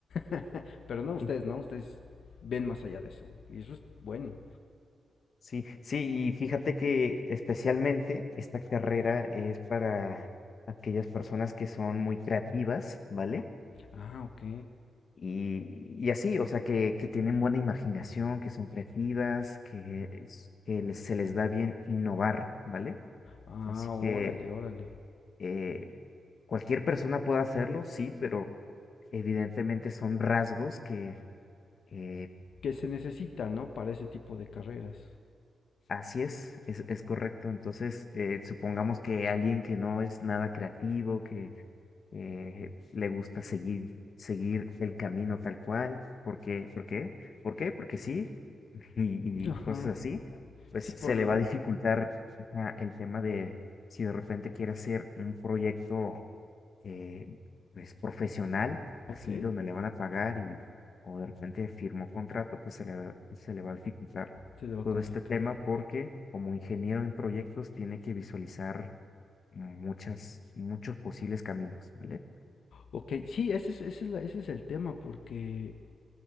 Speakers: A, on the left; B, on the left.
A: <laughs> Pero no, ustedes,
B: <laughs>
A: ¿no? Ustedes ven más allá de eso, y eso es bueno.
B: Sí, sí, y fíjate que especialmente esta carrera es para aquellas personas que son muy creativas, ¿vale?
A: Ah, ok.
B: Y, y así, o sea, que, que tienen buena imaginación, que son creativas, que, es- que les- se les da bien innovar, ¿vale?
A: Ah,
B: Así que
A: órale, órale.
B: Eh, cualquier persona puede hacerlo, sí, pero evidentemente son rasgos que eh,
A: que se necesita, ¿no? Para ese tipo de carreras.
B: así es, es, es correcto. Entonces, eh, supongamos que alguien que no es nada creativo, que eh, le gusta seguir, seguir el camino tal cual, porque, ¿por qué? ¿Por qué? Porque sí, <laughs> y, y
A: Ajá.
B: cosas así, pues
A: Sí, por
B: se le
A: la...
B: va a dificultar ya el tema de si de repente quiere hacer un proyecto eh, pues profesional, así
A: Ok,
B: donde le van a pagar y o de repente firmó contrato, pues se le, se le va a dificultar
A: se le va
B: todo
A: a complicar.
B: este tema porque como ingeniero en proyectos tiene que visualizar muchas, muchos posibles caminos, ¿vale?
A: Ok, sí, ese es, ese es, la- ese es el tema, porque